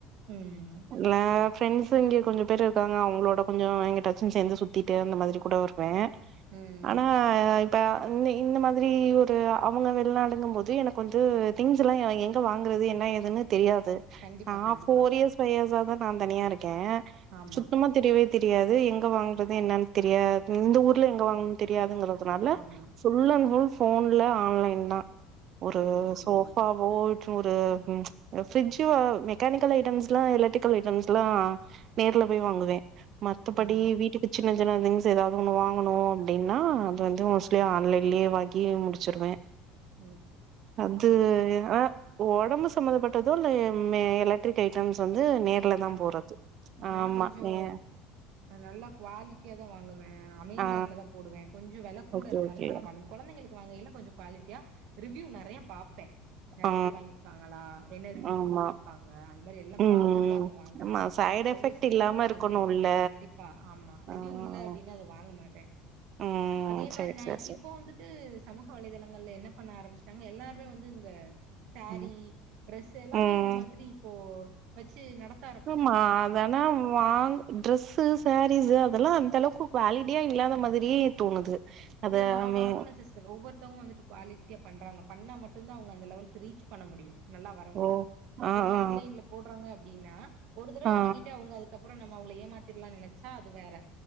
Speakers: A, on the right (about 65°); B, on the right (about 50°).
A: ம்
B: இல்ல ஃப்ரெண்ட்ஸ் இங்க கொஞ்சோ பேர் இருக்காங்க அவுங்களோட கொஞ்சோ எங்குட்டாச்சு சேர்ந்து சுத்திட்டு அந்த மாதிரி கூட வருவே
A: ம்
B: ஆனா இப்ப இந்த இந்த மாதிரி ஒரு அவுங்க வெளிநாடுங்கு போது அது எனக்கு வந்து திங்ஸ் எல்லா எங்க வாங்குறது என்ன ஏதுன்னு தெரியாது
A: கண்டிப்பா
B: நா
A: கண்டிப்பா
B: ஃபோர் இயர்ஸ் ஃபைவ் இயர்ஸ்ஸா தா நா தனியா இருக்கே
A: ஆமா
B: சுத்தமா சுத்தமா தெரியவே தெரியாது எங்க வாங்குறது என்னனு தெரியாது இந்த ஊர்ல எங்க வாங் தெரியாதுங்கிறதுனால
A: ஆமா
B: ஃபுல் அண்ட் ஃபுல் ஃபோன்ல ஆன்லைன்தா ஒரு
A: சேரி சேரி
B: சோஃபா போய்ட்டு ஒரு ம் இந்த ஃபிரிட்ஜு மெக்கானிக்கல் ஐட்டம்ஸ்லா எலக்ட்ரிக்கல் ஐட்டம்ஸ்லா நேர்ல போய் வாங்குவே மத்தபடி
A: ஆமா
B: வீட்டுக் சின்ன சின்ன திங்ஸ் எதாவது ஒன்னு வாங்கணு அப்டின்னா அது வந்து மோஸ்ட்லி ஆன்லைன்லேயே வாக்கி முடிச்சுருவே
A: ம்
B: அது அ ஒடம்பு சம்மந்தப்பட்டதோ இல்ல மே எலக்ட்ரிக் ஐட்டம்ஸ் வந்து நேத் ட்லதா
A: வாங்க
B: போறது
A: மாட்டீங்க நா
B: ஆமா
A: கொஞ்சோ
B: ஏ
A: நல்லா குவாலிட்டியாதா வாங்குவே அமேசான்லதா
B: ஆ
A: போடுவே கொஞ்ச வெல கூட
B: ஓகே
A: இருந்தாலும்
B: ஓகே
A: பரவால்ல கொழந்தைங்களுக்கு க்கு வாங்கயில கொஞ்சோ குவாலிட்டியா ரிவ்யூ நெறையா பாப்பே நெறைய
B: ஆ
A: பேர் வாங்கியிருக்காங்களா என்ன ரிவ்யூ
B: ஆமா
A: போட்ருக்காங் க அது மாரி எல்லா
B: ம்
A: பாத்துட் தா அத வாங்குவே
B: ஆமா சைட்
A: அவ்ளோ
B: எஃபெக்ட்
A: சீக்கரத்துல
B: இல்லாம
A: வாங்கிற
B: இருக்கணுல்ல
A: மாட்டே கண்டிப்பா ஆமா ரிவ்யூ
B: ஆ
A: இல்ல அப்டின்னா அத வாங்க மாட்டே
B: ம்
A: அதே
B: சேரி
A: மாரி நா
B: சேரி
A: இப்
B: சேரி
A: இப்போ வந்துட்டு சமூக வலைதளங்கள்ல என்ன பண்ண ஆரம்பிச்டாங்க எல்லாருமே வந்து இந்த சாரீ
B: ம்
A: ட்ரெஸு எல்லாமே
B: ம்
A: இந்த மாதிரி இப்போ வச்சு நடத்
B: ஆமா அது ஆனா வாங் ட்ரெஸ்ஸு சாரீஸ் அதெல்லா அந்தளவுக்கு குவாலிட்டியா இல்லாத மாதிரியே தோணுது அத
A: இல்ல நா
B: மே
A: வாங்குன சிஸ் டர் ஒவ்வொருத்தவுங்க வந்துட்டு குவாலிட்டியா பண்றாங்க பண்ணா மட்டுந்தா அவுங்க அந்த லெவலுக்கு ரீச் பண்ண முடியு நல்லா வர முடியு
B: ஓ
A: ஒருத்தவுங்க
B: ஆ ஆ
A: ஆன்லைன்ல போட்றாங்க அப்டின்னா ஒரு தடவ
B: ஆ
A: வாங்கிட்டு அவுங்க அதுக் அதுக்கப்பறோ நம்ம அவுங்கள ஏமாத்திர்லா நெனைச்சா அது வேற